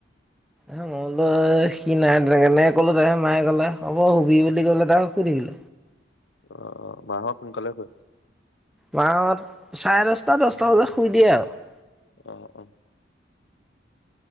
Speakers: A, in the centre; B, on the left.
A: এ মই বোলো সি নাই তেনেকে ক'লো তাকে মায়ে কলে, হ'ব শুবি বুলি ক'লে তাক শুই <unintelligible>
B: অ মাঁহত সোনকালে শুৱে?
A: মাহত চাৰে দচটা দছটা বজাত শুই দিয়ে আৰু।
B: আহ অ।